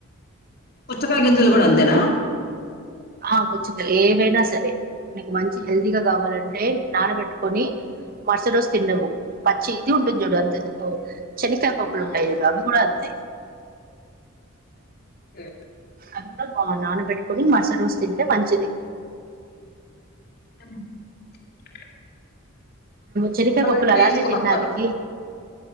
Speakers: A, on the left (about 45°); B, on the right (about 45°).
A: పుచ్చకాయ గింజలు కూడా అంతేనా
B: ఆ పుచ్చుకలు ఏవైనా సరే నాకు మంచి హెల్దీగా కావాలంటే. అంటే నానబెట్టుకొని మరుసటి రోజు తినలేవు పచ్చి ఇది ఉంటుంది చూడు అంతెందుకు. చెనకాయ పప్పులు
A: ఆ
B: ఉంటాయి అవి కూడా అంతే.
A: ఉ
B: అది నాన పెట్కోని మరుసటి రోజు తింటే మంచిది.
A: ధన్వా <unintelligible>
B: చెనికాయ పప్పులు
A: ఇట్లా
B: అలానే
A: వేసుకుని
B: తిండానికి.
A: వత్తారు